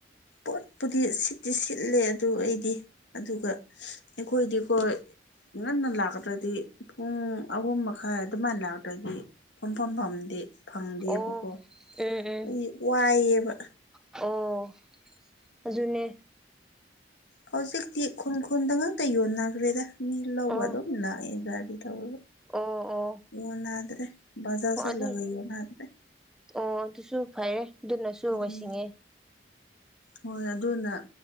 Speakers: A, on the left; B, in the centre.
A: ꯄꯣꯠꯄꯨꯗꯤ ꯁꯤꯠꯇꯤ ꯁꯤꯠꯂꯦ ꯑꯗꯨ ꯑꯩꯗꯤ ꯑꯗꯨꯒ ꯑꯩꯈꯣꯏꯗꯤꯀꯣ꯫ ꯉꯟꯅ ꯂꯥꯛꯇꯗ꯭ꯔꯗꯤ ꯄꯨꯡ ꯑꯍꯨꯝ ꯃꯈꯥꯏ ꯑꯗꯨꯃꯥꯏꯅ ꯂꯥꯛꯇ꯭ꯔꯗꯤ ꯐꯝ ꯐꯝꯐꯝꯗꯤ ꯐꯪꯗꯦꯕꯀꯣ
B: ꯑꯣ ꯎꯝ ꯎꯝ
A: ꯑꯗꯨ ꯋꯥꯏꯑꯕ꯫
B: ꯑꯣ ꯑꯗꯨꯅꯦ
A: ꯍꯧꯖꯤꯛꯇꯤ ꯈꯨꯟ ꯈꯨꯟꯗ ꯉꯥꯛꯇ ꯌꯣꯟꯅꯈ꯭ꯔꯦꯗ ꯃꯤ ꯂꯧꯕ
B: ꯑꯣ
A: ꯑꯗꯨꯝ ꯂꯥꯛꯑꯦ ꯒꯥꯔꯤ ꯇꯧꯔꯒ
B: ꯑꯣ ꯑꯣ
A: ꯀꯣꯟꯅꯗ꯭ꯔꯦ ꯕꯖꯥꯔ
B: ꯑꯣ
A: ꯆꯠꯂꯒ
B: ꯑꯗꯨ
A: ꯌꯣꯟꯅꯗ꯭ꯔꯦ
B: ꯑꯣ ꯑꯗꯨꯁꯨ ꯐꯩꯌꯦ ꯑꯗꯨꯅꯁꯨ
A: ꯎꯝ
B: ꯋꯥꯁꯤꯡꯉꯦ
A: ꯍꯣꯏ ꯑꯗꯨꯅ